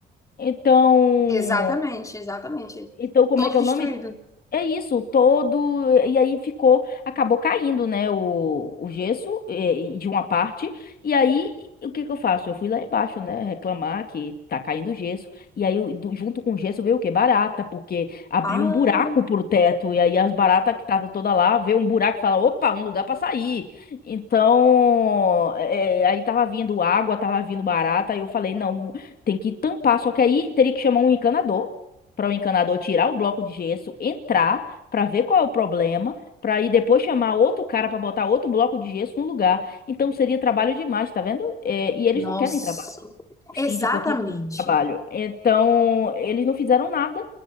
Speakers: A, on the left; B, on the left.
A: Então,
B: Exatamente, exatamente.
A: então como
B: Todo
A: é que é
B: destruído.
A: o nome? É isso, todo. E aí ficou. Acabou caindo, né? O, o gesso eh, de uma parte. E aí, o que que eu faço? Eu fui lá embaixo, né? Reclamar que tá caindo gesso. E aí, o- do- junto com o gesso, veio o quê? Barata, porque abriu
B: Ah,
A: um buraco pro teto. E aí, as baratas que estavam toda lá, vê um buraco e fala: opa, um lugar pra sair. Então, eh, aí tava vindo água, tava vindo barata. E eu falei: não, tem que tampar. Só que aí teria que chamar um encanador para o encanador tirar o bloco de gesso, entrar para ver qual é o problema, para aí depois chamar outro cara para botar outro bloco de gesso no lugar. Então seria trabalho demais, tá vendo? É, e eles
B: nossa.
A: não querem trabalho. O
B: Exatamente.
A: síndico aqui não quer trabalho. Então eles não fizeram nada.